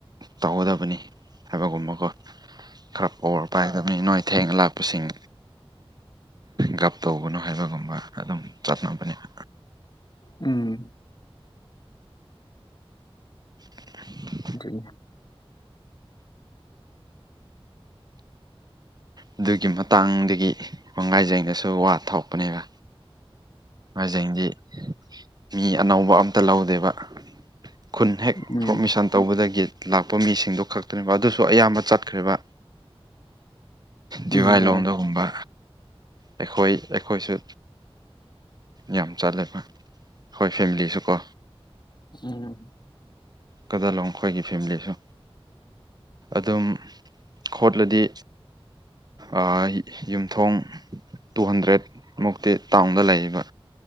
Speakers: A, on the right; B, on the left.
A: ꯇꯧꯒꯗꯕꯅꯤ ꯍꯥꯏꯕꯒꯨꯝꯕꯀꯣ ꯈꯔ ꯄꯔ ꯄꯥꯏꯗꯕꯅꯤ ꯅꯣꯏ ꯊꯦꯡꯅ ꯂꯥꯛꯄꯁꯤꯡ ꯒꯞ ꯇꯧꯕꯅꯣ ꯍꯥꯏꯕꯒꯨꯝꯕ ꯑꯗꯨꯝ ꯆꯠꯅꯕꯅꯦꯕ꯫
B: ꯎꯝ
A: <inaudible>
B: <unintelligible>
A: ꯑꯗꯨꯒꯤ ꯃꯇꯥꯡꯗꯒꯤ <unintelligible> ꯒꯥꯏꯖꯩꯒꯁꯨ ꯋꯥ ꯊꯣꯛꯄꯅꯦꯕ <unintelligible> ꯃꯤ ꯑꯅꯧꯕ ꯑꯝꯇ ꯂꯧꯗꯦꯕ ꯈꯨꯟ ꯍꯦꯛ
B: ꯎꯝ
A: ꯄꯣꯔꯃꯤꯁꯟ ꯇꯧꯕꯗꯒꯤ ꯂꯥꯛꯄ ꯃꯤꯁꯤꯡꯗꯨ ꯈꯛꯇꯅꯦꯕ ꯑꯗꯨꯁꯨ ꯑꯌꯥꯝꯕ ꯆꯠꯈ꯭ꯔꯦꯕ ꯗꯤꯋꯥꯏꯂꯣꯡꯝꯗꯒꯨꯝꯕ
B: ꯎꯝ ꯑꯣ
A: ꯑꯩꯈꯣꯏ ꯑꯩꯈꯣꯏꯁꯨ ꯌꯥꯝ ꯆꯠꯂꯦꯕ ꯑꯩꯈꯣꯏ ꯐꯦꯃꯤꯂꯤꯁꯨꯀꯣ
B: ꯎꯝ
A: ꯀꯗꯂꯣꯡ ꯈꯣꯏꯒꯤ ꯐꯦꯃꯤꯂꯤꯁꯨ ꯑꯗꯨꯝ ꯈꯣꯠꯂꯗꯤ ꯑ ꯌꯨꯝꯊꯣꯡ ꯇꯨ ꯍꯟꯗ꯭ꯔꯦꯠ ꯃꯨꯛꯇꯤ ꯇꯥꯎꯟꯗ ꯂꯩꯌꯦꯕ